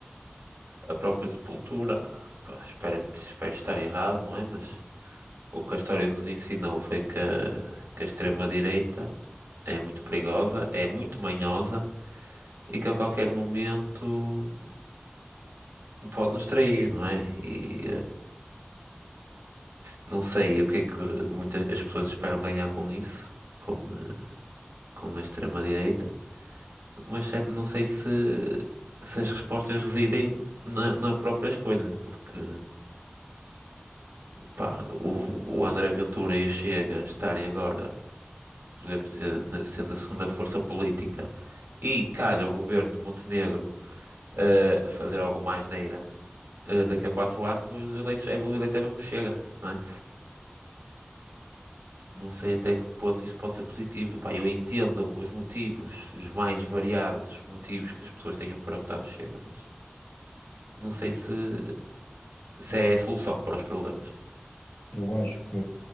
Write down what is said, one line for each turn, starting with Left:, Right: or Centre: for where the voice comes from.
Right: a própria sepultura. Pá, espero que espero estar errado, não é? Mas o que a história nos ensinou foi que, que a extrema-direita é muito perigosa, é muito manhosa e que a qualquer momento pode nos trair, não é? E Não sei o que é que muitas as pessoas esperam ganhar com isso, com, eh, com a extrema-direita, mas certo, não sei se, se as respostas residem na, na própria escolha, porque pá, o, o André Ventura e o Chega estarem agora, podemos dizer, na- sendo a segunda força política, e calha o governo de Montenegro eh, fazer algo mais neira, eh, daqui a quatro anos os eleitos, é, o eleito é mesmo Chega, não é? Não sei até que ponto isso pode ser positivo. Pá, eu entendo os motivos, os mais variados motivos que as pessoas tenham para votar no Chega, mas não sei se, se é a solução para os problemas.
Left: Eu acho que,